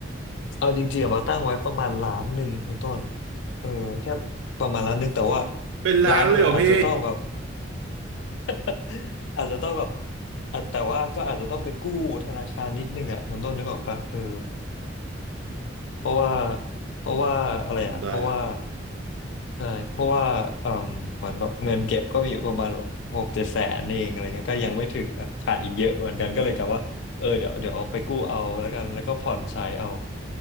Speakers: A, on the left; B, on the right.
A: เอาจริงๆอะบาร์ตั้งไว้ประมาณล้านหนึ่งคุณต้นเออแค่ประมาณล้านหนึ่งแต่ว่า
B: เป็นล้านเลยเหรอพี่
A: ล้านหนึ่งอะอาจจะต้องแบบ <laughs> อาจจะต้องแบบอ่ะแต่ว่าก็อาจจะต้องไปกู้ธนาคารนิดนึงอ่ะคุณต้นนึกออกปะเออเพราะว่าเพราะว่าอะไรอ่ะเพราะว่า
B: โอ้ได้ครับ
A: ใช่เพราะว่าเอ่มเหมือนแบบเงินเก็บก็มีอยู่ประมาณแบบหกเจ็ดแสนเองอะไรเงี้ยก็ยังไม่ถึงอะขาดอีกเยอะเหมือนกันก็เลยกะว่าเออเดี๋ยวเดี๋ยวเอาไปกู้เอาแล้วกันแล้วก็ผ่อนใช้เอา